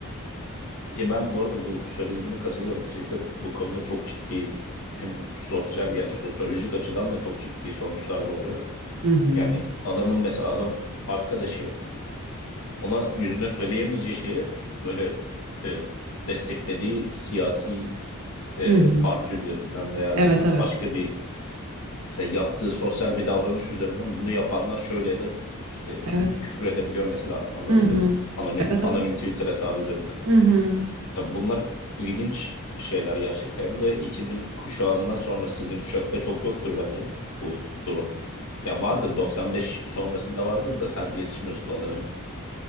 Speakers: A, on the left (about 80°); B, on the right (about 75°).
A: ya ben bu arada bu söylediğine katılıyorum. Twitter bu konuda çok ciddi hem sosyal yani sosyolojik açıdan da çok ciddi sonuçlar doğuruyor.
B: Hı hı.
A: Yani adamın mesela adam arkadaşı ona yüzüne söyleyemeyeceği şeyi böyle e, desteklediği siyasi e,
B: Hı hı.
A: parti üzerinden veya
B: Evet evet.
A: başka bir mesela yaptığı sosyal bir davranış üzerinden bunu yapanlar şöyledir. İşte
B: Evet.
A: küfür edebiliyor mesela anladın
B: Hı hı.
A: mı? Anonim
B: Evet
A: anonim
B: evet.
A: Twitter hesabı üzerinden.
B: Hı hı.
A: Ya bunlar ilginç şeyler gerçekten ve 2000 kuşağından sonra sizin kuşakta çok yoktur bence bu durum. Ya vardır 95 sonrasında vardır da sen yetişmiyorsun o döneme.